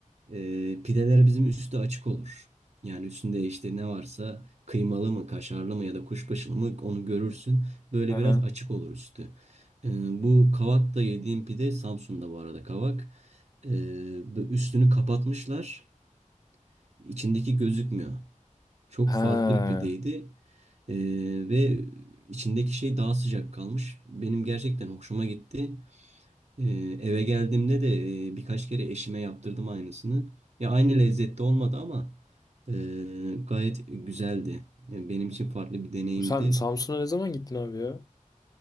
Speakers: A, on the right; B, on the left.
A: E, pideler bizim üstü açık olur. Yani üstünde işte ne varsa kıymalı mı, kaşarlı mı ya da kuşbaşılı mı onu görürsün. Böyle
B: Aha.
A: biraz açık olur üstü. E, bu kavakta yediğim pide Samsun'da bu arada kavak. E, bu üstünü kapatmışlar. İçindeki gözükmüyor. Çok
B: Ha.
A: farklı bir pideydi. E, ve içindeki şey daha sıcak kalmış. Benim gerçekten hoşuma gitti. Ee, eve geldiğimde de e, birkaç kere eşime yaptırdım aynısını. Ya aynı lezzette olmadı ama e, gayet güzeldi. E, Benim için farklı bir deneyimdi.
B: Sen Samsun'a ne zaman gittin abi ya?